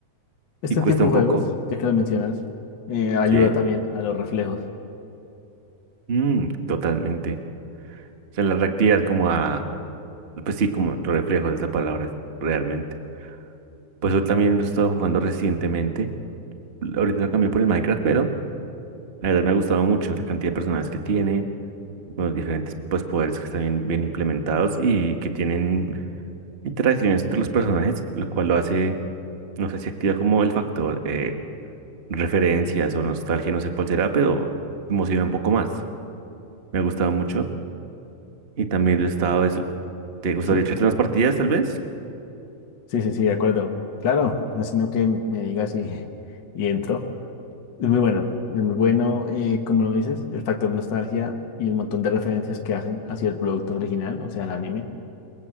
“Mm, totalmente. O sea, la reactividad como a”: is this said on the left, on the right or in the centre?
Right